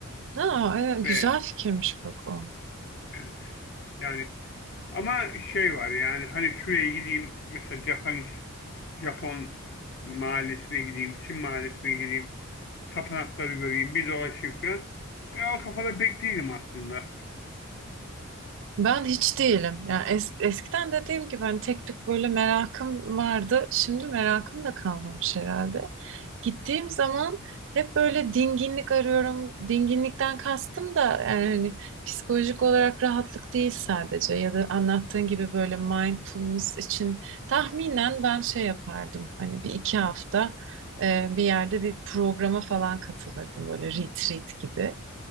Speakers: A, on the right; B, on the left.
A: Aa, e, güzel
B: Ve
A: fikirmiş bak o.
B: evet yani ama şey var yani hani şuraya gideyim mesela Japanese Japon mahallesine gideyim, Çin mahallesine gideyim. tapınakları göreyim, bir dolaşayım falan. E, o kafada pek değilim aslında.
A: Ben hiç değilim. Yani es- eskiden dediğim gibi hani tek tük böyle merakım vardı. Şimdi merakım da kalmamış herhalde. Gittiğim zaman hep böyle dinginlik arıyorum. Dinginlikten kastım da yani hani psikolojik olarak rahatlık değil sadece ya da anlattığın gibi böyle mindfulness için tahminen ben şey yapardım. Hani bir iki hafta e, bir yerde bir programa falan katılırdım böyle retreat gibi.